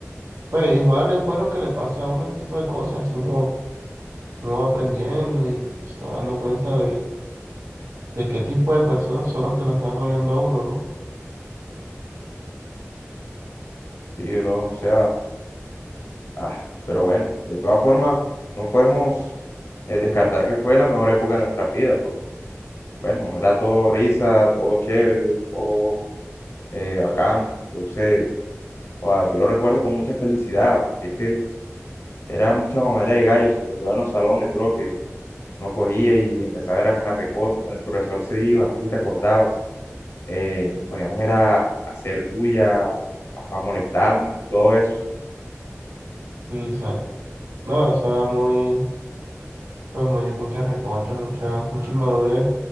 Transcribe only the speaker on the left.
Sí, bro, o sea, ah, pero bueno, de todas formas, no podemos eh, descartar que fue la mejor época de nuestras vidas, porque bueno, era todo risa, todo chévere, todo eh, bacano. Entonces Joda, yo lo recuerdo con mucha felicidad, porque es que era mucha mamadera de gallo, sobre todo en los salones, bro, que no cogía y empezaba era con la recocha, cuando el profesor se iba, no sé si te acordabas, eh, nos poníamos era a hacer bulla, a, a molestarnos y todo eso.